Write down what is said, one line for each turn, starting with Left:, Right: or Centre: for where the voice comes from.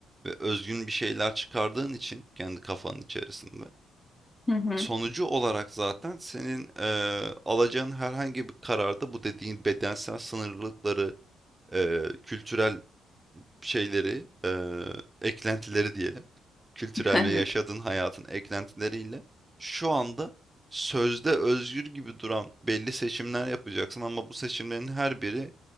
Right: ve özgün bir şeyler çıkardığın için kendi kafanın içerisinde.
Left: Hı hı.
Right: Sonucu olarak zaten senin eee, alacağın herhangi bir kararda bu dediğin bedensel sınırlılıkları, eee, kültürel şeyleri, eee, eklentileri diyelim, kültürel
Left: <laughs> Evet.
Right: ve yaşadığın hayatın eklentileriyle şu anda sözde özgür gibi duran belli seçimler yapacaksın ama bu seçimlerin her biri